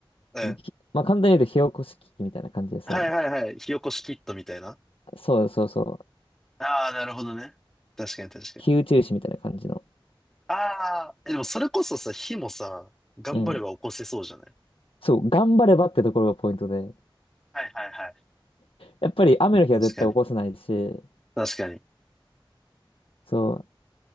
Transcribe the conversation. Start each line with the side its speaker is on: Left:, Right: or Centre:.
Centre: うん。
Left: ひまあ、簡単に言うと火起こし器みたいな感じでさ、
Centre: はいはいはい。火起こしキットみたいな。
Left: そうそうそう。
Centre: ああ、なるほどね。確かに確かに。
Left: 火打ち石みたいな感じの。
Centre: ああ、でもそれこそさ、火もさ、頑張れば起こせそうじゃない
Left: うんそう、頑張ればってところがポイントで。
Centre: はいはいはい。
Left: やっぱり雨の日は絶対起こせないし、
Centre: 確かに。確かに。
Left: そう、